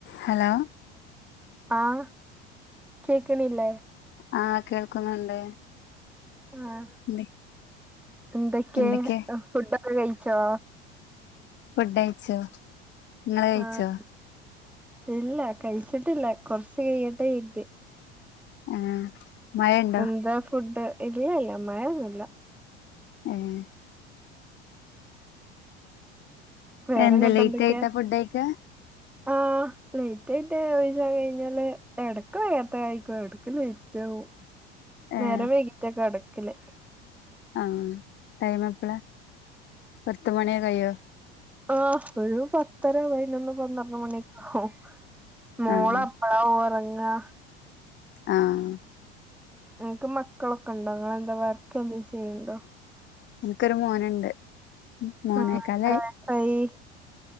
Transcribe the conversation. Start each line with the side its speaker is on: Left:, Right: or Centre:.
Left: Hello
Centre: ആഹ് കേക്കണില്ലേ
Left: ആഹ് കേൾക്കുന്നുണ്ട്
Centre: ആഹ്
Left: എന്ത്
Centre: എന്തൊക്കെയാ
Left: എന്തൊക്കെ
Centre: ഫുഡ്‌ ഒക്കെ കഴിച്ചോ
Left: ഫുഡ് കഴിച്ച് നിങ്ങൾ കഴിച്ചോ
Centre: ആഹ് ഇല്ല കഴിച്ചിട്ടില്ല കൊറച്ചു കയ്യട്ടെ കരുതി.
Left: ആഹ് മഴയുണ്ടോ
Centre: എന്താ ഫുഡ് ഇല്ലല്ല മഴൊന്നുല്ല.
Left: ഏഹ്
Centre: വേറെങ്ങട്ടെന്തൊക്കെ
Left: എന്താ ലേറ്റ് ആയിട്ടാ ഫുഡ് കഴിക്കാ
Centre: ആഹ് ലേറ്റായിട്ട് വെയിച്ചഴിഞ്ഞാല് എടക്ക് നേരത്തെ കഴക്കുവ ക്ക് ലേറ്റാകും
Left: ഏഹ്
Centre: നേരം വൈകിറ്റാ കടക്കല്
Left: ആഹ് ടൈം എപ്പളാ പത്ത് മണി കയ്യോ
Centre: ആഹ് ഒരു പത്തര പൈനൊന്ന് പന്ത്രണ്ട് മണിഒക്കെ ആകും. മോള
Left: ആഹ്
Centre: പ്പളാ ഒറങ്ങാ
Left: ആആ.....
Centre: ഇങ്ങ്ക്ക് മക്കളൊക്കെണ്ടോ നിങ്ങളെന്താ വർക്കന്തേലും ചെയ്യണ്ടോ?
Left: ഇൻക്കൊരു മോനുണ്ട്. മൂന്നേക്കാലായി
Centre: ആഹ് <inaudible>